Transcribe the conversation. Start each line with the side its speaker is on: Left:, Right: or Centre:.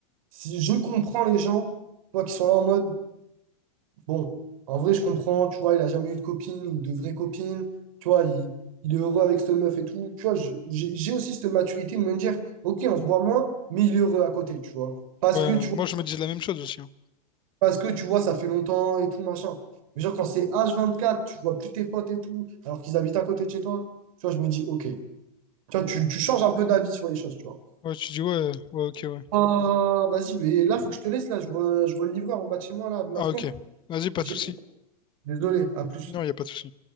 Right: si je comprends les gens, toi, qui sont là en mode, Bon, en vrai, je comprends, tu vois, il a jamais eu de copine ou de vraie copine, tu vois, il, il est heureux avec cette meuf et tout. Tu vois, je- j'ai j'ai aussi cette maturité de me dire, ok, on se voit moins, mais il est heureux à côté, tu vois. Parce
Left: ouais, euh,
Right: que tu vois,
Left: moi, je me disais la même chose aussi. hein.
Right: parce que tu vois, ça fait longtemps et tout, machin. Mais genre, quand c'est H24, tu vois plus tes potes et tout, alors qu'ils habitent à côté de chez toi, tu vois, je me dis, ok. Tu vois, tu, tu changes un peu d'avis sur les choses, tu vois.
Left: Ouais, tu dis ouais, ouais, ok, ouais.
Right: Ah, vas-y, mais là, faut que je te laisse, là, je vois, je vois le livreur en bas de chez moi, là, de ma
Left: Ah,
Right: fenêtre.
Left: ok. Vas-y, pas
Right: J'ai-
Left: de souci.
Right: Désolé, à plus.
Left: Non, il a pas de souci.